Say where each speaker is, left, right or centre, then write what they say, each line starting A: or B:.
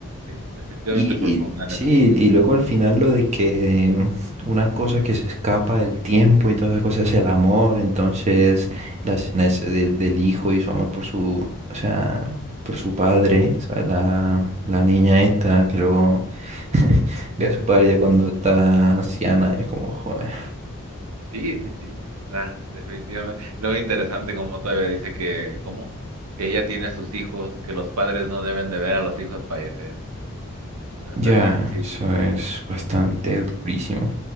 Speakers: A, on the right; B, on the right.
A: Sí, definitivamente
B: Y,
A: profunda
B: y sí,
A: en esa forma.
B: y luego al final lo de que mm, una cosa que se escapa del tiempo y todas esas cosas es el amor, entonces la escena es de- del hijo y su amor por su, o sea, por su padre, o sea, la, la niña esta que luego <laughs> ve a su padre ya cuando está anciana, es como, joder.
A: Sí, sí, sí. Sí, sí, sí, está, definitivamente. Lo interesante como todavía dice que, ¿cómo? Que ella tiene a sus hijos, que los padres no deben de ver a los hijos fallecer. O sea,
B: Ya,
A: también sí,
B: eso es bastante durísimo.